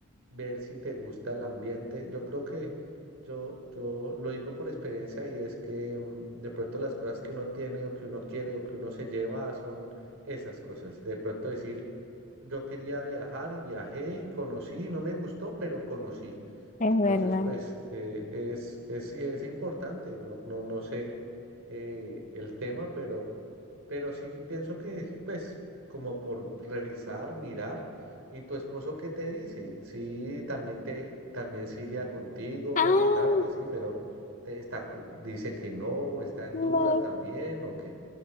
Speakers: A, on the right; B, on the left.
A: ver si te gusta el ambiente. Yo creo que yo, yo lo digo por experiencia y es que mm, de pronto las cosas que uno tiene o que uno quiere o que uno se lleva son esas cosas. De pronto decir, yo quería viajar y viajé y conocí, no me gustó, pero conocí.
B: es
A: Entonces,
B: verdad.
A: pues eh, es, es, es importante, no, no, no sé eh, el tema, pero, pero sí pienso que, pues, como por revisar, mirar. ¿Y tu esposo qué te dice? Sí, también te, también se iría contigo.
B: Ah,
A: Bueno, claro que sí, pero te está, dice que no, está en
B: no.
A: duda también, o que